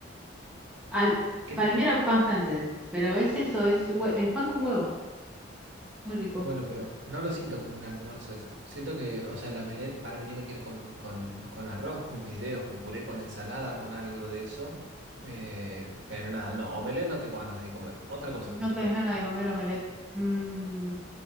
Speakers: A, in the centre; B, on the right (about 65°).
A: al-
B: ¿Qué,
A: para mí era pan francés, pero es eso, es hue- eh, pan con huevo, muy rico.
B: Bueno, pero no lo siento como un almuerzo eso. Siento que, o sea, el omelette para mí tiene que ir con, con, con arroz, con fideos, con puré, con ensalada, con algo de eso. Eh, pero nada, no, omelette no tengo ganas de comer. Otra cosa
A: No
B: que se te
A: tenés
B: ocurra.
A: ganas de comer omelette. Mm,